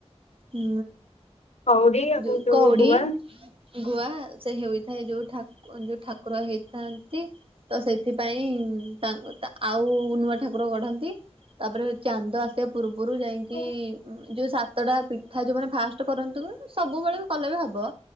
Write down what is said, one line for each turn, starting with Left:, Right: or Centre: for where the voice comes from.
Right: ଉ
Left: କଉଡି ଆଉ
Right: ଯୁ
Left: ଯୋଉ
Right: କଉଡି।
Left: ଗୁଆ
Right: ଗୁଆ ସେ ହେଉଥାଏ ଯୋଉ ଠା ଯଉ ଠା କୁର ହେଇଥାନ୍ତି ତ ସେଥିପାଇଁ ତାଙ୍କ ତା ଆଉ ନୂଆ ଠାକୁର ଗଢନ୍ତି ତାପରେ ଚାନ୍ଦ ଆସିବା ପୂର୍ବ ପୂରୁ ଯାଇକି
Left: ହଁ।
Right: ଯୋଉ ସାତଟା ପିଠା ଯୋଉ ମାନେ ଫାଷ୍ଟ କରନ୍ତୁ ସବୁବେଳେ ବି କଲେ ବି ହବ